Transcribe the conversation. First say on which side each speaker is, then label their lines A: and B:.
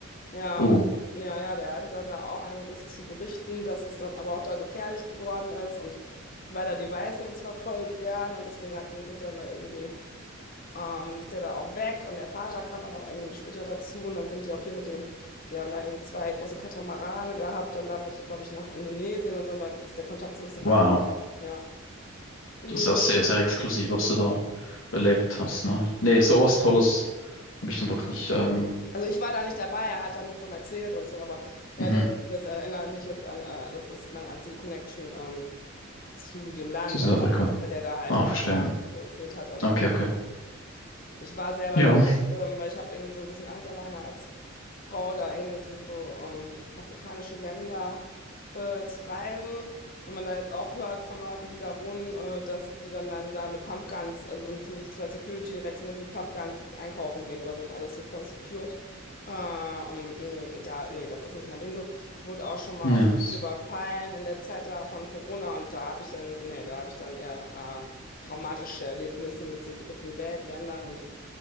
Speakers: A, on the left; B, on the left.
A: Ja,
B: Oh,
A: und ja, ja, der hatte dann da auch einiges zu berichten, dass es dann aber auch da gefährlich geworden ist und weil da die Weißen jetzt verfolgt werden und deswegen hatten die sich dann da irgendwie, ähm, ist der da auch weg und der Vater kam dann auch irgendwie später dazu und dann sind die auch viel mit dem, die haben da irgendwie zwei große Katamarane gehabt, dann damit, glaube ich, nach Indonesien und so und da ist der Kontakt so ein bisschen
B: wow.
A: abgebrochen, ja. Mhm.
B: Das ist ja sehr, sehr exklusiv, was du da erlebt hast, ne? Nee, sowas Tolles habe ich dann doch nicht ähm,
A: Also ich war da nicht dabei, er hat da nur von erzählt und so, aber ja,
B: mhm,
A: das, das erinnert mich jetzt an, äh, das ist meine einzige Connection ähm, zu dem Land,
B: zu Südafrika.
A: aber weil der da halt
B: Ah,
A: herkam,
B: verstehe.
A: so erzählt hat und
B: Okay,
A: auch.
B: okay.
A: Ich war selber
B: Ja,
A: da nicht, ähm, weil ich habe irgendwie so ein bisschen Angst alleine als Frau da irgendwie so ähm, afrikanische Länder äh, zu reisen. Wenn man da jetzt auch hört von Leuten, die da wohnen, äh, dass die dann, dann da mit Pumpguns, also so mit so zwei Security rechts und links mit Pumpguns einkaufen gehen oder so und alles so voll secured. Äh, und, mh, da, nee, das ist nicht mein Ding so. Ich wurde auch schon mal
B: ja.
A: oft überfallen in der Zeit da von Corona und da habe ich dann, nee, da habe ich dann eher äh, traumatische Erlebnisse mit so dritten Weltländern und